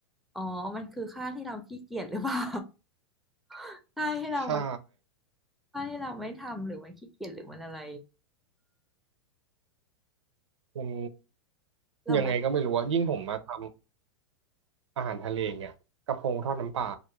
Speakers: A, in the centre; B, on the right (about 85°).
A: อ๋อมันคือค่าที่เราขี้เกียจหรือเปล่า <laughs> ค่าที่เรา
B: ๆใช่
A: ค่าที่เราไม่ทำหรือมันขี้เกียจหรือมันอะไร
B: มัน
A: เราไม่
B: ยังไงก็ไม่รู้อะยิ่งผมมาทำอาหารทะเลเงี่ยกระพงทอดน้ำปลา